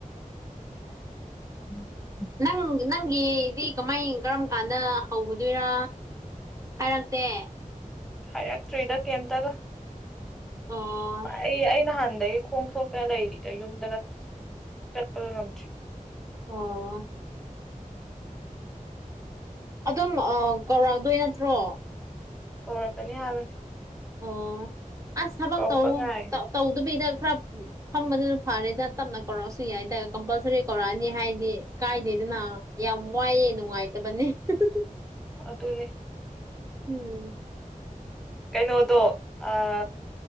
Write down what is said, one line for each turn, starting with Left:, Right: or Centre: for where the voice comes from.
Centre: <inaudible>
Right: ꯅꯪ ꯅꯪꯒꯤ ꯗꯤ ꯀꯃꯥꯏ ꯀꯔꯝ ꯀꯥꯟꯗ ꯍꯧꯒꯗꯣꯏꯔ ꯍꯥꯏꯔꯛꯇꯦ
Centre: ꯍꯥꯏꯔꯛꯇ꯭ꯔꯤꯗ ꯀꯩꯝꯇꯒ
Right: ꯑꯣ
Centre: ꯑꯩ ꯑꯩ ꯅꯍꯥꯟ ꯗꯩ ꯈꯣꯡ ꯁꯣꯛꯇꯅ ꯂꯩꯔꯤꯗꯣ ꯌꯨꯝꯗꯒ ꯆꯠꯄꯒ ꯉꯝꯗ꯭ꯔꯤ
Right: ꯑꯣ ꯑꯗꯨꯝ ꯑꯥ ꯀꯧꯔꯥꯛꯗꯣꯏ ꯅꯠꯇ꯭ꯔꯣ
Centre: ꯀꯧꯔꯛꯀꯅꯤ ꯍꯥꯏꯕꯅꯤ
Right: ꯑꯣ ꯑꯁ ꯊꯕꯛ
Centre: ꯀꯧꯔꯛꯄ
Right: ꯇꯧ
Centre: ꯉꯥꯏꯔꯦ
Right: ꯇ ꯇꯧꯗꯕꯤꯗ ꯈꯔ ꯐꯝꯕꯗꯨꯅ ꯐꯔꯦꯗ ꯇꯞꯅ ꯀꯧꯔꯛꯑꯁꯨ ꯌꯥꯏꯗ ꯀꯝꯄꯜꯁꯔꯤ ꯀꯧꯔꯛꯑꯅꯤ ꯍꯥꯏꯗꯤ ꯀꯥꯏꯗꯦ ꯗꯨꯅ ꯌꯥꯝ ꯋꯥꯏꯌꯦ ꯅꯨꯡꯉꯥꯏꯇꯕꯅꯦ ꯍ ꯍ
Centre: ꯑꯗꯨꯅꯤ
Right: ꯎꯝ
Centre: ꯀꯩꯅꯣꯗꯣ ꯑꯥ